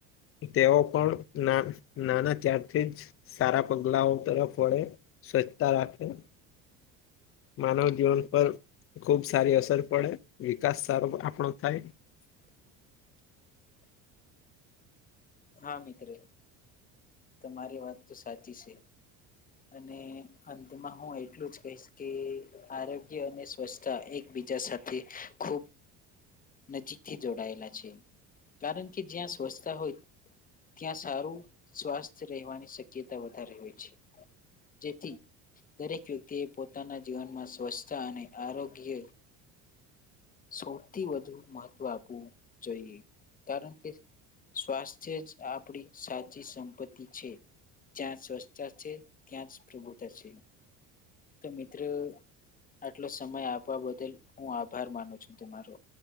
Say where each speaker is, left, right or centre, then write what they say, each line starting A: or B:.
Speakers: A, on the left; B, on the left.
A: તેઓ પણ ના-નાના ત્યારથી જ સારા પગલાઓ તરફ વળે સ્વચ્છતા રાખે. માનવ જીવન પર ખુબ સારી અસર પડે વિકાસ સારો આપણો થાય.
B: <unintelligible> હા મિત્રો તમારી વાત તો સાચી છે. અને અંતમાં હું એટલું જ કહીશ કે આરોગ્ય અને સ્વચ્છતા એક બીજા સાથે ખૂબ નજીકથી જોડાયેલા છે કારણ કે જ્યાં સ્વચ્છતા હોય ત્યાં સારું સ્વાસ્થ રહેવાની શક્યતા વધારે હોય છે. જેતી દરેક વ્યક્તિએ પોતાના જીવનમાં સ્વચ્છ અને આરોગ્ય સૌથી વધુ મહત્વ આપવું જોઈએ કારણ કે સ્વાસ્થ્ય જ આપણી સાચી સંપત્તિ છે. જ્યાં સ્વચ્છતા છે ત્યાં જ પ્રભુતા છે તો મિત્રો આટલો સમય આપવા બદલ હું આભાર માનું છું તમારો.